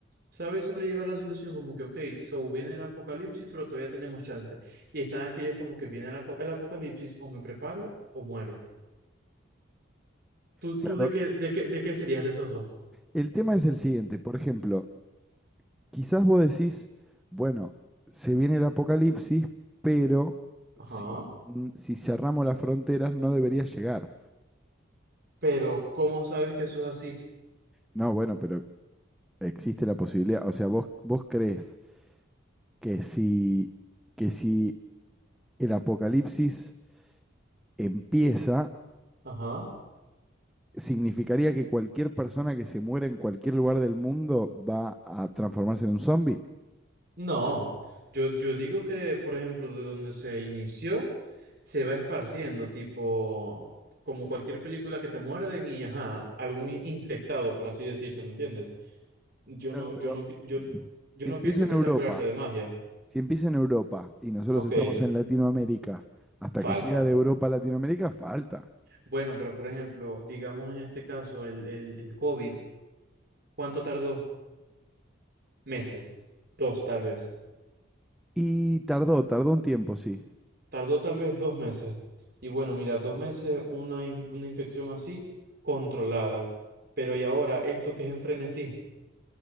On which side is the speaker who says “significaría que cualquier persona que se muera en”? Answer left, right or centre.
Centre